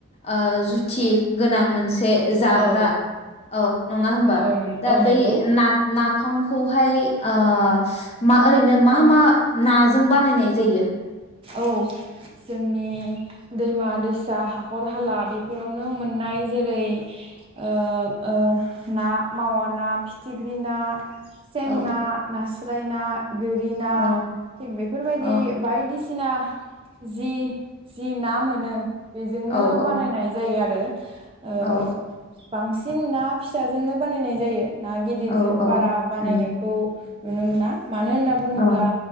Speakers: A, on the left (about 30°); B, on the right (about 25°).
A: ओ जुथि गोनां मोनसे से जाग्रा
B: औ
A: औ नङा हबा
B: औ नों
A: दा
B: औ नंगौ
A: बै ना ना फामखौहाय ओ मा ओरैनो मा मा नाजों बानायनाय जायो?
B: औ जोंनि दैमा दैसा हाखर हाला बेफोरावनो मोननाय जेरै ओ ओ ना मावा ना फिथिख्रि ना सें
A: औ
B: ना नास थुरायना। गोरिना
A: औ
B: थिग बेफोरबायदि
A: औ
B: बायदिसि थिना जि जि ना मोनो बेजोंनो
A: औ औ
B: बानायनाय जायो आरो। ओ
A: औ
B: बांसिन ना फिसाजोंनो बानायनाय जायो। ना गिदिरजों
A: औ औ
B: बारा बानायनायखौ
A: उम
B: नुनो मोना। मानो होनना बुङोब्ला
A: औ